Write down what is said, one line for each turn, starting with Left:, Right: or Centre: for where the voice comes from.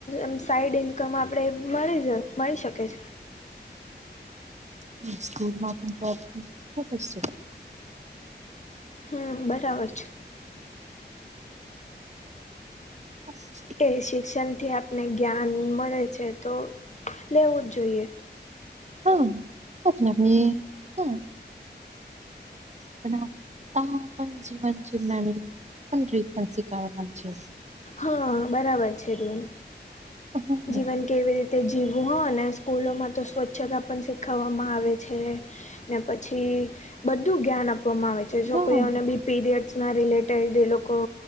Left: એમ સાઈડ ઇન્કમ આપણે મળી જ મળી શકે છે.
Right: કે સ્કૂલમાં પણ ફોકસ છે.
Left: હમ બરાબર છે.
Right: અચ
Left: એ શિક્ષણથી આપને જ્ઞાન મળે છે તો લેવું જ જોઈએ
Right: હા આપની હ બ તા પજી ભંજી બનાની પણીપસી કઢવા છે.
Left: હા બરાબર છે એકદમ
Right: હમ્મ,
Left: જીવન કેવી રીતે જીવવું હો અને સ્કૂલો માં તો સ્વચ્છતા પણ શીખવવામાં આવે ને પછી બધું જ્ઞાન આપવામાં આવે છે. છોકરીઓને
Right: હા,
Left: બી- પીરિયડ્સના રિલેટેડ એ લોકો